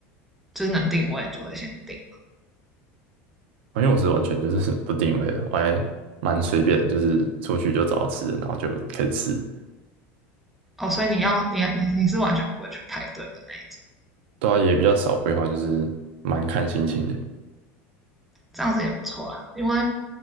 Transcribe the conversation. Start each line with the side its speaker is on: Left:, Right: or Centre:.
Centre: 就是能定位就会先定吧。
Right: 因为我是完全就是 <laughs> 不定位的，我还蛮随便，就是出去就找到吃的，然后就开始吃。
Centre: 哦，所以你要你你你是完全不会去排队的那一种，
Right: 对啊，也比较少规划，就是蛮看心情的。
Centre: 这样子也不错啦，因为